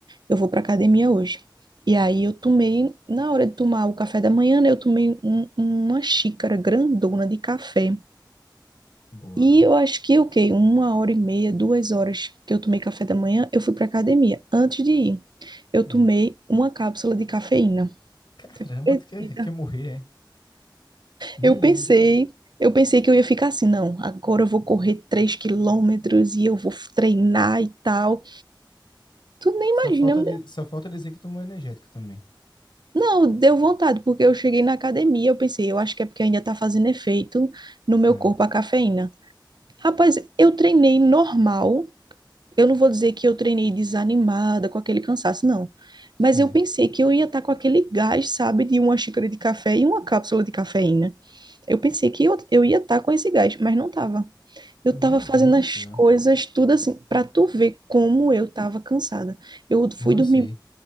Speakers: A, on the right (about 60°); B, on the left (about 60°).
A: eu vou pra academia hoje. E aí eu tomei, na hora de tomar o café da manhã, né, eu tomei um- uma xícara grandona de café
B: Boa.
A: e eu acho que, o quê? Uma hora e meia, duas horas que eu tomei café da manhã, eu fui para academia. Antes de ir, eu tomei
B: Hum.
A: uma cápsula de cafeína.
B: Caramba,
A: Acredita?
B: tu quer, quer morrer, é? Menino,
A: Eu pensei,
B: tu-
A: eu pensei que eu ia ficar assim, não, agora eu vou correr três quilômetros e eu vou treinar e tal. Tu nem
B: só
A: imagina.
B: falta,
A: né?
B: di- só falta dizer que tomou energético também.
A: Não, deu vontade, porque eu cheguei na academia, eu pensei, eu acho que é porque ainda tá fazendo efeito no meu
B: é
A: corpo a cafeína. Rapaz, eu treinei normal, Eu não vou dizer que eu treinei desanimada, com aquele cansaço, não.
B: certo.
A: Mas eu pensei que eu ia estar com aquele gás, sabe, de uma xícara de café e uma cápsula de cafeína. Eu pensei que eu, eu ia estar com esse gás, mas não estava. Eu
B: Meu
A: estava fazendo
B: Deus
A: as
B: do céu.
A: coisas tudo assim, para tu ver como eu estava cansada. Eu fui
B: Não, eu
A: dormir,
B: sei.